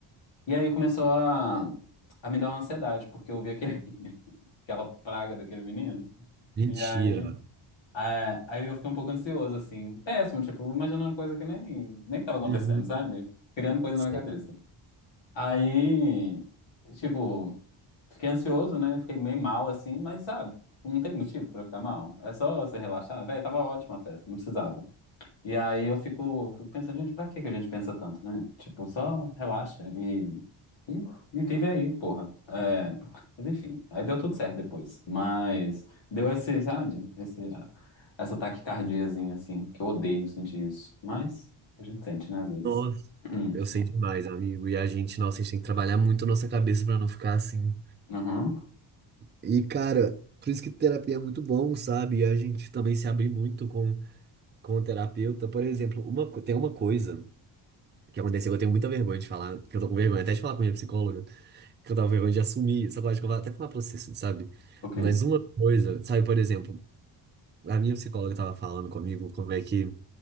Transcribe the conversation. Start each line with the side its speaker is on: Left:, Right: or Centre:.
Left: E aí começou a, a me dar uma ansiedade, porque eu vi aquele, <laughs> aquela praga daquele menino.
Right: Mentira.
Left: E aí, é, aí eu fiquei um pouco ansioso, assim. Péssimo, tipo, imaginando coisa que nem, nem tava acontecendo,
Right: Uhum.
Left: sabe? Criando coisa
Right: Sei.
Left: na minha cabeça. Aí, tipo, fiquei ansioso, né? Fiquei meio mal assim, mas sabe, não tem motivo pra ficar mal. É só você relaxar. Véi, tava ótima a festa, não precisava. E aí eu fico, fico pensando, gente, pra que que a gente pensa tanto, né? Tipo, só relaxa e, e, e vive aí, porra. É, mas enfim, aí deu tudo certo depois. Mas deu esse, sabe, esse, essa taquicardiazinha assim, que eu odeio sentir isso. Mas a gente sente, né, às vezes.
Right: Nossa,
Left: <clears throat>
Right: eu sei demais, amigo. E a gente, nossa, a gente tem que trabalhar muito a nossa cabeça pra não ficar assim.
Left: Uhum.
Right: E, cara, por isso que terapia é muito bom, sabe? E a gente também se abrir muito com, com o terapeuta. Por exemplo, uma, co- tem uma coisa. O que aconteceu, eu tenho muita vergonha de falar, que eu tô com vergonha até de falar com a minha psicóloga, que eu tava com vergonha de assumir, só que eu acho que eu vou até falar pra você, assim, sabe?
Left: O quê?
Right: Mas uma coisa, sabe, por exemplo, a minha psicóloga tava falando comigo como é que